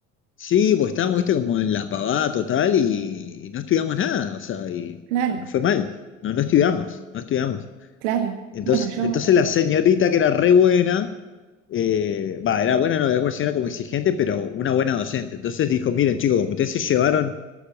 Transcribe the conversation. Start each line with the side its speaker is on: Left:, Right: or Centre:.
Left: sí, pues estábamos, viste, como en la pavada total y, y no estudiamos nada, o sea, y,
Right: Claro,
Left: y nos fue mal. No, no estudiamos, no estudiamos.
Right: claro.
Left: Entonces,
Right: Bueno, yo,
Left: entonces la señorita que era re buena, eh, va, era buena, no, era una señora como exigente, pero una buena docente. Entonces dijo, miren chicos, como ustedes se llevaron